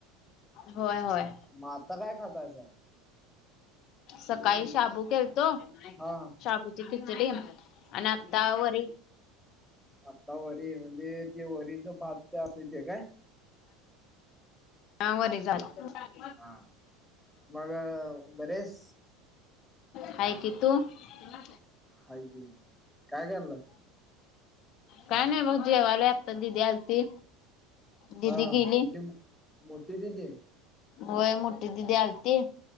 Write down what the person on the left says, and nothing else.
होय होय.?
सकाळी शाबू केलतो
शाबूची खिचडी आणि आता वर
हा वरीचा <unintelligible>
हाय कि तू हम्म
काय नाही बघ जेवालोय आता दीदी आलती. दिदी
गेली
होय मोठी दीदी आलती.